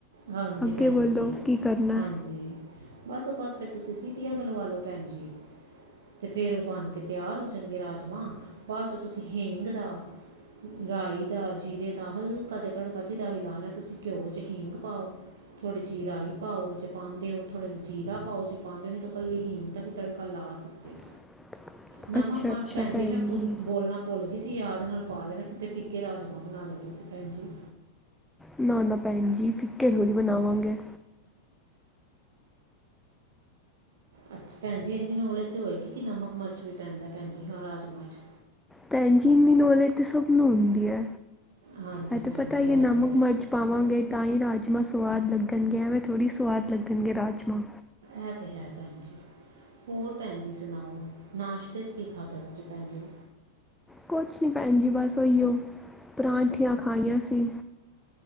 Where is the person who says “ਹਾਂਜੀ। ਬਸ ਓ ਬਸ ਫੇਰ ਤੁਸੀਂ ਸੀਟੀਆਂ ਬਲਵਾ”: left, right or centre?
Right